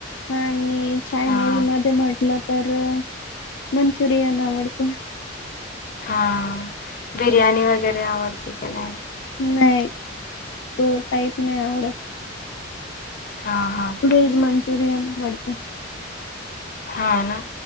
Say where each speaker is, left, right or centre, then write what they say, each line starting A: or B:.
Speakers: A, on the left; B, on the left.
A: आणि चायनीज
B: हा
A: मध्ये म्हटलं तर मंचुरियन आवडतं.
B: हा बिर्याणी वगैरे आवडते का नाय.
A: नाही तो टाईप नाही आवडत.
B: हा हा
A: वेज मंचुरियन आवडत.
B: हा ना.